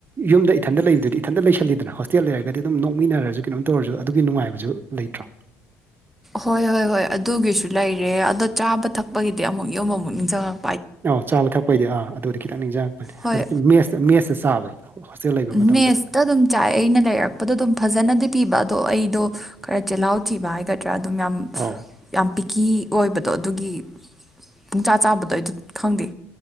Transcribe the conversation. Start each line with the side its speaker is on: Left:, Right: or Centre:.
Right: ꯌꯨꯝꯗ ꯏꯊꯟꯇ ꯂꯩꯕꯗꯨꯗꯤ ꯏꯊꯟꯇ ꯂꯩꯁꯜꯂꯤꯗꯅ ꯍꯣꯁꯇꯦꯜ ꯂꯩꯔꯒꯗꯤ ꯑꯗꯨꯝ ꯅꯣꯛꯃꯤꯟꯅꯔꯖꯨ ꯀꯩꯅꯣꯝ ꯇꯧꯔꯖꯨ ꯑꯗꯨꯒꯤ ꯅꯨꯡꯉꯥꯢꯕꯖꯨ ꯂꯩꯇ꯭ꯔꯣ
Centre: ꯍꯣꯢ ꯍꯣꯢ ꯍꯣꯢ ꯑꯗꯨꯒꯤꯁꯨ ꯂꯩꯔꯦ ꯑꯗꯣ ꯆꯥꯕ ꯊꯛꯄꯒꯤꯗꯤ ꯑꯃꯨꯛ ꯌꯨꯝ ꯑꯃꯨꯛ ꯅꯤꯡꯁꯪꯉꯛ
Right: ꯑꯥ ꯆꯥꯕ ꯊꯛꯄꯩꯗꯤ ꯑꯥ ꯑꯗꯨꯗꯤ ꯈꯤꯇꯪ ꯅꯤꯡꯖꯉꯛꯄꯅꯦ
Centre: ꯍꯣꯏ
Right: ꯑꯗꯨ ꯃꯦꯁ ꯃꯦꯁꯇ ꯆꯥꯕ꯭ꯔꯥ ꯍꯣꯁꯇꯦꯜ ꯂꯩꯕ ꯃꯇꯝꯗꯗꯤ
Centre: ꯃꯦꯁꯇ ꯗꯨꯝ ꯆꯥꯢ ꯑꯩꯅ ꯂꯩꯔꯛꯄꯗꯣ ꯑꯗꯨꯝ ꯐꯖꯅꯗꯤ ꯄꯤꯕ ꯑꯗꯣ ꯑꯩꯗꯣ ꯈꯔ ꯆꯦꯂꯥꯎ ꯊꯤꯕ ꯍꯥꯢꯒꯗ꯭ꯔꯥ ꯑꯗꯨꯝ ꯌꯥꯝ
Right: ꯑꯧ
Centre: ꯌꯥꯝ ꯄꯤꯀꯤ ꯑꯣꯢꯕꯗꯣ ꯑꯗꯨꯒꯤ ꯄꯨꯡ ꯆꯥ ꯆꯥꯕꯗꯣ ꯑꯩꯗꯨ ꯈꯪꯗꯦ